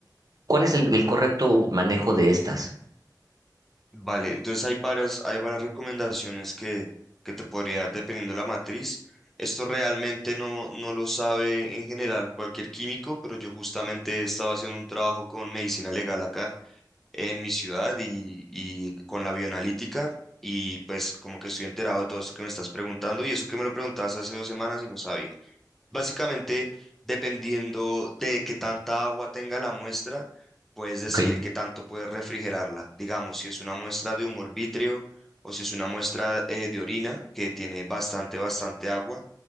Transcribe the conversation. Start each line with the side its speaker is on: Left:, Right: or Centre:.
Right: ¿Cuál es el, el correcto manejo de estas?
Centre: Vale, entonces hay varias, hay varias recomendaciones que, que te podría dar dependiendo de la matriz. Esto realmente no, no lo sabe en general cualquier químico, pero yo justamente estaba haciendo un trabajo con medicina legal acá en mi ciudad y, y con la bioanalítica y pues como que estoy enterado de todo esto que me estás preguntando y eso que me lo preguntabas hace dos semanas y no sabía. Básicamente, dependiendo de qué tanta agua tenga la muestra, puedes decir
Right: Ok,
Centre: qué tanto puedes refrigerarla. Digamos, si es una muestra de humor vítreo o si es una muestra eh, de orina que tiene bastante, bastante agua,